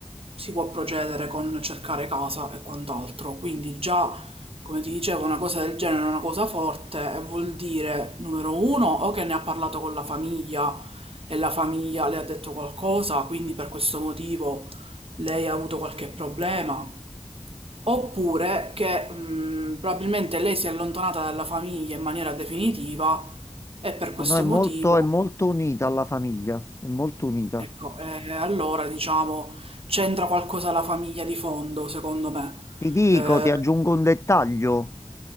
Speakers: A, on the right; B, on the left.
A: si può procedere con cercare casa e quant'altro. Quindi già, come ti dicevo, una cosa del genere è una cosa forte e vuol dire, numero uno, o che ne ha parlato con la famiglia e la famiglia le ha detto qualcosa, quindi per questo motivo lei ha avuto qualche problema. Oppure che mh, probabilmente lei si è allontanata dalla famiglia in maniera definitiva e per questo
B: no, no, è molto,
A: motivo,
B: è molto unita alla famiglia, è molto unita.
A: ecco, eh, allora diciamo c'entra qualcosa la famiglia di fondo, secondo me.
B: Ti dico,
A: Eh,
B: ti aggiungo un dettaglio.